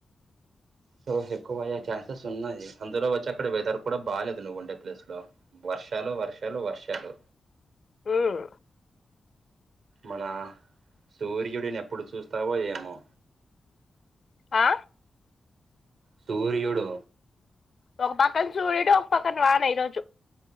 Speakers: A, on the right; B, on the left.
A: సో ఎక్కువ అయ్యే ఛాన్సెస్ ఉన్నాయి అందులో వచ్చి అక్కడ వెదర్ కూడా బాలేదు నువ్వు ఉండే ప్లేస్ లో వర్షాలు వర్షాలు వర్షాలు
B: హ్మ్
A: మన సూర్యుడిని ఎప్పుడు చూస్తావో ఏమో
B: ఆ
A: సూర్యుడు
B: ఒక పక్కన సూర్యుడు ఒక పక్కన వాన ఈరోజు